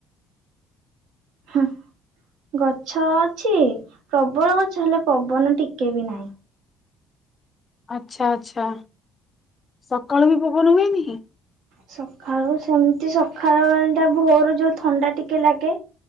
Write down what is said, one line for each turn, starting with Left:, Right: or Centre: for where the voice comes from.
Right: ହୁଁ ଗଛ ଅଛି ପ୍ରବଳ ଗଛ ହେଲେ ପବନ ଟିକେ ବି ନାହିଁ।
Left: ଆଚ୍ଛା ଆଛା ସକାଳୁ ବି ପବନ ହୁଏନି
Right: ସକାଳୁ ସେମିତି ସକାଳୁଳ ଟା ଭୋର ଯୋଉ ଥଣ୍ଡା ଟିକେ ଲାଗେ।